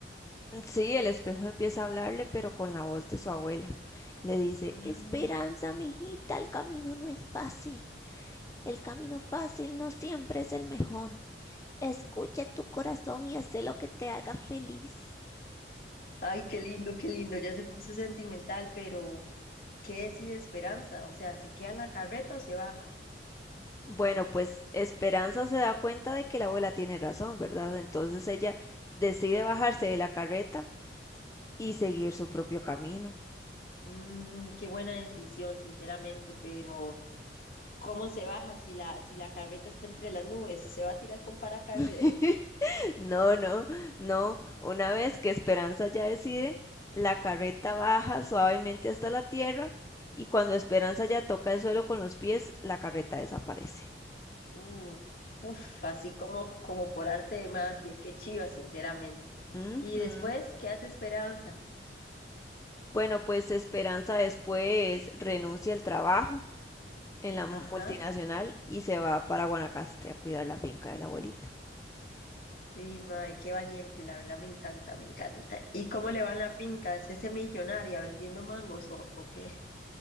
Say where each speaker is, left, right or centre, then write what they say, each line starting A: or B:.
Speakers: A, on the left (about 15°); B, on the left (about 50°).
A: Sí, el espejo empieza a hablarle, pero con la voz de su abuela. Le dice,
B: Ah,
A: Esperanza, mijita, el camino no es fácil. El camino fácil no siempre es el mejor. Escucha tu corazón y haz lo que te haga feliz.
B: ay, qué lindo, qué lindo, ya se puso sentimental, pero ¿Qué decide Esperanza? O sea, ¿se queda en la carreta o se baja?
A: Bueno, pues Esperanza se da cuenta de que la abuela tiene razón, ¿verdad? Entonces ella decide bajarse de la carreta y seguir su propio camino.
B: Mm, qué buena decisión, sinceramente, pero ¿cómo se baja si la, si la carreta está entre las nubes? ¿Se va a tirar con paracaídas?
A: <laughs> No, no, no. Una vez que Esperanza ya decide, la carreta
B: Ujú.
A: baja suavemente hasta la tierra y cuando Esperanza ya toca el suelo con los pies, la carreta desaparece.
B: Uh, puf, así como, como por arte de magia, qué chiva, sinceramente.
A: Ujú.
B: Y después, ¿qué hace Esperanza?
A: Bueno, pues Esperanza después renuncia al trabajo en la multinacional
B: Ajá.
A: y se va para Guanacaste a cuidar la finca de la abuelita.
B: Y mae, qué valiente, la verdad me encanta, me encanta. ¿Y cómo le va en la finca? ¿Se hace millonaria vendiendo mangos o, o qué?